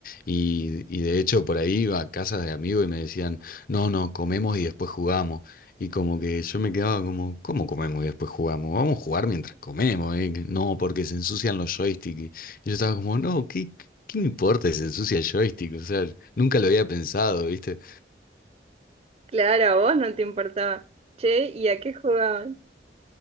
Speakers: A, on the left; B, on the right.
A: Y, y de hecho por ahí iba a casas de amigos y me decían, no, no, comemos y después jugamos. Y como que yo me quedaba como, ¿cómo comemos y después jugamos? Vamos a jugar mientras comemos, ¿eh? No, porque se ensucian los joysticks. Y yo estaba como, no, ¿qué, qué me importa si se ensucia el joystick? O sea, nunca lo había pensado, ¿viste?
B: Claro, a vos no te importaba. Che, ¿y a qué jugabas?